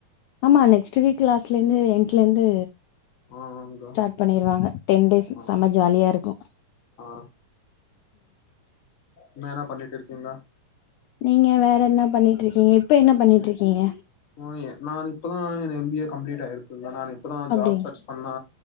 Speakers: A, on the left; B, on the left.
A: ஆமா நெக்ஸ்ட் வீக் லாஸ்லியிந்து எண்டுலேயிந்து
B: ஆ ஆங்க
A: ஸ்டார்ட் பண்ணிடுவாங்க டென் டேஸ்
B: ஆ
A: செம்ம ஜாலியா இருக்கும்
B: ஆ என்னனா பண்ணிட்டு இருக்கீங்க
A: நீங்க வேற என்ன பண்ணிட்டு இருக்கீங்க இப்போ என்ன பண்ணிட்டு இருக்கீங்க
B: ஆஹ்ன் நான் இப்பதான் என் எம்பிஏ கம்ளிட் ஆ இருக்கும் நானே இப்பதான்
A: அப்டி
B: ஜாப் சச் பண்ணுனா